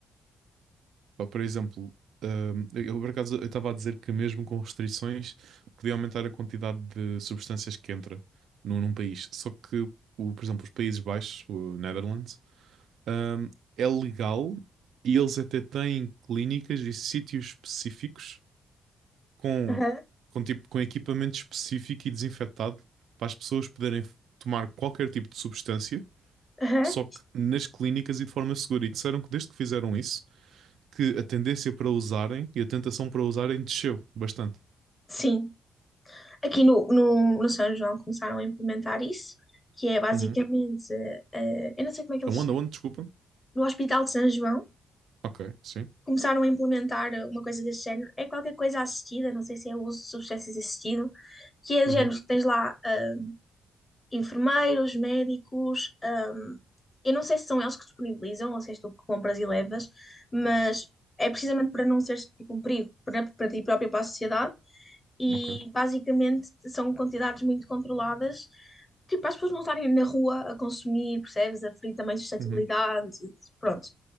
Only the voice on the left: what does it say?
Aham,
aham,
Sim. Aqui no, no, no São João começaram a implementar isso, que é basicamente,
eh, eu não sei como é que eles
chamam,
no Hospital de São João,
começaram a implementar uma coisa desse género. É qualquer coisa assistida, não sei se é o uso de substâncias assistido, que é do
género, tens lá eh, enfermeiros, médicos, ahm, eu não sei se são eles que disponibilizam ou se és tu que compras e levas, mas é precisamente para não seres tipo um perigo para, para ti próprio e para a sociedade e
basicamente são quantidades muito controladas, tipo, para as pessoas não estarem na rua a consumir, percebes? A ferir também suscetibilidade,
pronto.